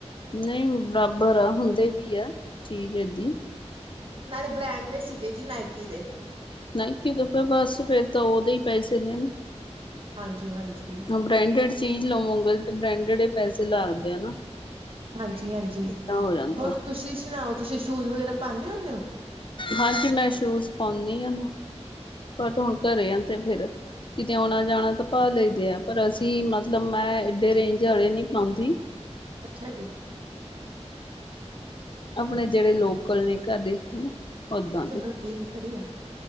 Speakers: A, on the left (about 45°); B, on the right (about 50°).
A: ਨਹੀਂ ਬਰਾਬਰ ਆ, ਹੁੰਦੇ ਵੀ ਆ, ਚੀਜ਼ ਏਦੀ
B: ਨਾਲੇ ਬਰੈਂਡ ਦੇ ਸੀਗੇ ਜੀ, ਨਾਇਕੀ ਦੇ।
A: ਨਾਇਕੀ ਦੇ ਤੇ ਬਸ, ਫਿਰ ਤਾਂ ਉਹਦੇ ਈ ਪੈਸੇ ਨੇ।
B: ਹਾਂਜੀ-ਹਾਂਜੀ।
A: ਹੁਣ ਬਰੈਂਡਡ ਚੀਜ਼ ਲਵੋਗੇ ਤੇ ਬਰੈਂਡਡ ਈ ਪੈਸੇ ਲੈਣਗੇ ਨਾ
B: ਹਾਂਜੀ-ਹਾਂਜੀ,
A: ਏਦਾਂ ਹੋ ਜਾਂਦਾ
B: ਹੋਰ ਤੁਸੀਂ ਸੁਣਾਓ, ਤੁਸੀਂ ਸ਼ੂਜ ਵਗੈਰਾ ਪਾਨੇ ਹੁੰਨੇ ਓ?
A: ਹਾਂਜੀ ਮੈਂ ਸ਼ੂਜ ਪਾਉਂਨੀ ਆ ਨਾ, ਬਟ ਹੁਣ ਘਰੇ ਆ ਤੇ ਫਿਰ ਕਿਤੇ ਆਉਣਾਂ-ਜਾਣਾ ਤੇ ਪਾ ਲ‌ਈਦੇ ਆ, ਪਰ ਅਸੀਂ ਮਤਲਬ ਮੈਂ ਇਡੇ ਰੇਂਜ ਵਾਲੇ ਨੀ ਪਾਉਂਦੀ।
B: ਅੱਛਾ ਜੀ।
A: ਆਪਣੇ ਜਿਹੜੇ ਲੋਕਲ ਨੇ, ਕਦੇ ਉਦਾਂ ਦੇ
B: ਚਲੋ ਠੀਕ ਵਧੀਆ,